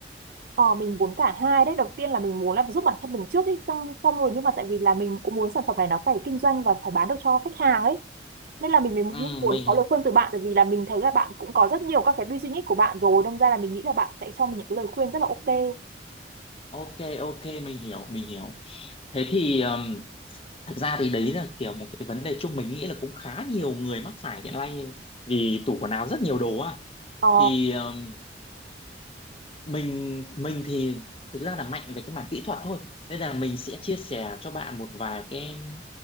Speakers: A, on the right; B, on the left.
A: ờ mình muốn cả hai đấy đầu tiên là mình muốn là giúp bản thân mình trước ấy xong xong rồi nhưng mà tại vì là mình cũng muốn sản phẩm này nó phải kinh doanh và phải bán được cho khách hàng ấy nên là mình mới muốn
B: ừ,
A: muốn
B: mình
A: có lời khuyên từ bạn tại vì là mình thấy là bạn cũng có rất nhiều các cái business của bạn rồi đâm ra là mình nghĩ là bạn sẽ cho mình những cái lời khuyên rất là ok
B: ok ok mình hiểu mình hiểu thế thì um, thực ra thì đấy là kiểu một cái vấn đề chung mình nghĩ là cũng khá nhiều người mắc phải hiện nay vì tủ quần áo rất nhiều đồ à
A: ờ
B: thì um, mình mình thì thực ra là mạnh về cái mảng kỹ thuật thôi nên là mình sẽ chia sẻ cho bạn một vài cái